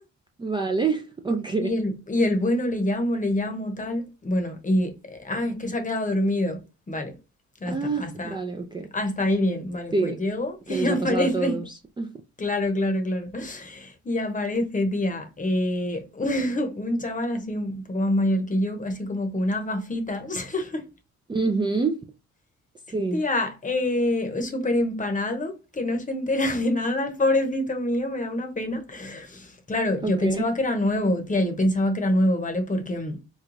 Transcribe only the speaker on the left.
Y el, y el bueno le llamo, le llamo, tal. Bueno, y, eh, ah, es que se ha quedado dormido. Vale, ya
está, hasta,
hasta ahí bien. Vale,
pues llego <laughs> y
aparece
Claro, claro, claro. <laughs> Y aparece, tía, eh, <laughs> un chaval así un poco más mayor que yo, así como con unas gafitas. <laughs>
Tía, eh, súper empanado, que no se entera <laughs> de nada, el pobrecito mío, me da una pena. Claro, yo
pensaba que era nuevo, tía, yo pensaba que era nuevo, ¿vale? Porque mm,